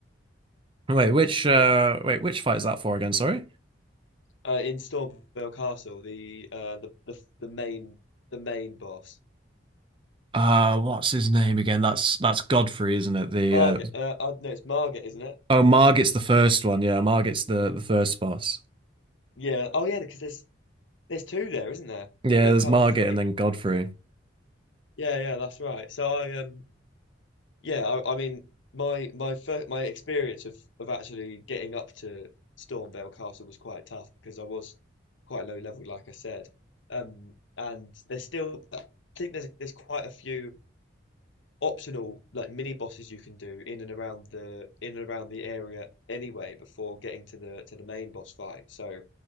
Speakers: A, on the right (about 25°); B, on the left (about 80°).
A: Wait, which uh, wait, which fight is that for again? Sorry.
B: Uh, in Stormvale Castle, the uh the the, the main the main boss,
A: Uh, what's his name again? That's that's Godfrey, isn't it? The
B: Margaret.
A: uh,
B: Uh, uh, no, it's Margaret, isn't it?
A: oh, Margit's the first one. Yeah, Margit's the the first boss.
B: Yeah. Oh, yeah. Because there's there's two there, isn't there?
A: Yeah,
B: That
A: there's
B: come
A: Margit
B: pretty
A: and then Godfrey.
B: quickly. Yeah. Yeah. That's right. So I um yeah. I, I mean my my first my experience of of actually getting up to Stormvale Castle was quite tough because I was quite low level, like I said. Um, and there's still I think there's there's quite a few optional like mini bosses you can do in and around the in and around the area anyway before getting to the to the main boss fight. So